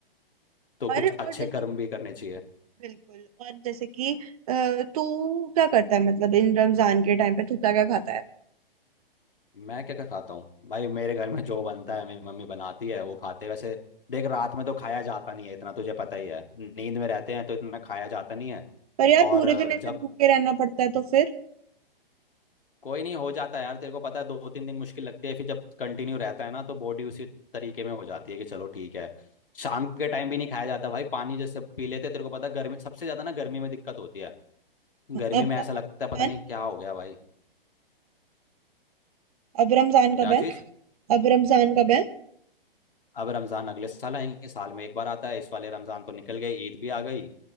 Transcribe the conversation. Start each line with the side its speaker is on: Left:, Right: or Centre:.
Left: तो
Right: और
Left: कुछ
Right: और
Left: अच्छे
Right: जैसे
Left: कर्म भी करने चाहिए
Right: बिल्कुल और जैसे कि अ, तू क्या करता है मतलब इन रमजान के टाइम पे तू क्या क्या खाता है
Left: मैं क्या क्या खाता हूँ भाई मेरे घर में जो बनता है मेरी मम्मी बनाती है वो खाते हैं वैसे देख रात में तो खाया जाता नहीं है इतना तुझे पता ही है नींद में रहते हैं तो इतना खाया जाता नहीं है
Right: पर यार पूरे
Left: और अ,
Right: दिन ऐसे
Left: जब
Right: भूखे रहना पड़ता है तो फिर
Left: कोई नहीं हो जाता है यार तेरे को पता है दो तीन दिन मुश्किल लगती है फिर जब कंटिन्यू रहता है ना तो बॉडी उसी तरीके में हो जाती है कि चलो ठीक है शाम के टाइम भी नहीं खाया जाता भाई पानी जैसे पी लेते हैं, तेरे को पता है गर्मी सबसे ज़्यादा ना गर्मी में दिक्कत होती है गर्मी
Right: अब
Left: में
Right: कब
Left: ऐसा
Right: है
Left: लगता है पता नहीं
Right: रमजान
Left: क्या हो गया भाई
Right: अब रमजान
Left: क्या
Right: कब
Left: चीज़
Right: है अब रमजान का है
Left: अब रमज़ान अगले साल आएंगे साल में एक बार आता है इस वाले रमज़ान तो निकल गए ईद भी आ गई